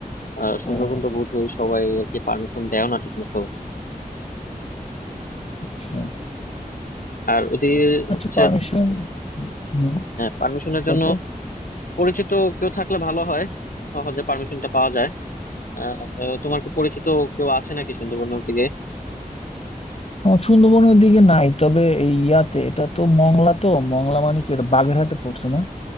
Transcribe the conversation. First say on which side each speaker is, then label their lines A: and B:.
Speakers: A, on the left; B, on the left.
A: আহ, সুন্দরবন
B: ও
A: তো বোধহয় সবাই আর কি পারমিশন দেয় না ঠিক মতো
B: আচ্ছা
A: আর ওদিকে
B: আচ্ছা
A: হচ্ছে
B: পারমিশন হুম
A: পারমিশনের
B: তারপর
A: জন্য পরিচিত কেউ থাকলে ভালো হয় সহজে পারমিশনটা পাওয়া যায় আহ, তোমার কি পরিচিত কেউ আছে নাকি সুন্দরবনের দিকে
B: আমার সুন্দরবনের দিকে নাই তবে এই ইয়াতে এটা তো মংলা তো মংলা মানে কি এটা বাগেরহাটে পড়ছে না